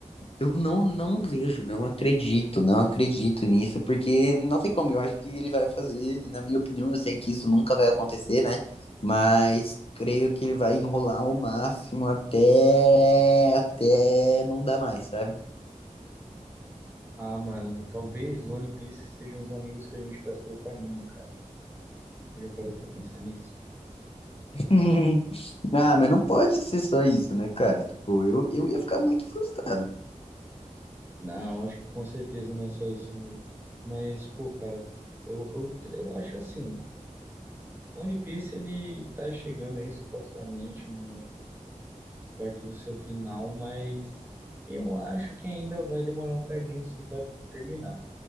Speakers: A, on the left (about 45°); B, on the right (about 15°).
A: Eu não, não vejo, não acredito, não acredito nisso, porque não tem como, eu acho que ele vai fazer, e na minha opinião, eu sei que isso nunca vai acontecer, né? Mas creio que ele vai enrolar ao máximo até até não dar mais, sabe?
B: Ah, mano, talvez One Piece sejam os amigos que a gente faz pelo caminho, cara. Já parou pra pensar nisso?
A: <laughs> ah, mas não pode ser só isso, né, cara? Tipo, eu, eu ia ficar muito frustrado.
B: Não, acho que com certeza não é só isso, não. Mas, pô, cara, eu, eu, eu acho assim, One Piece ele tá chegando aí supostamente no perto do seu final, mas eu acho que ainda vai demorar um cadinho assim para terminar.